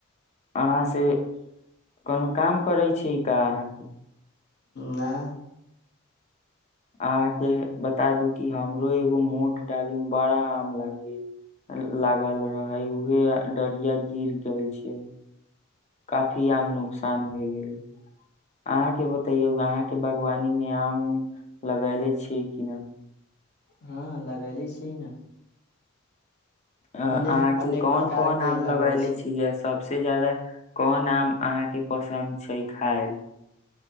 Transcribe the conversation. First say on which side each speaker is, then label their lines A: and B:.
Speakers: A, on the left; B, on the left.
A: अहाँसँ कोनो काम करै छी अहाँके
B: नहि
A: अहा के बता दू क हमरो एगो मोट डाली मे बड़ा आम लागे लागल रहे उहे डढ़िया गिर गेल छै काफी आम नुकसान भए गेलै अहाँके बतैयौ अहाँके बागवानीमे आम उम लगैले छियै कि न
B: हँ लगेले छिय ने
A: अ
B: अनेक
A: अहाँके
B: अनेक
A: कोन
B: प्रकार
A: कोन
B: के
A: आम लगले
B: लगबै छी
A: छीिय य सब सबसँ ज्यादा कोन आम अहाँके पसन्द छै खायल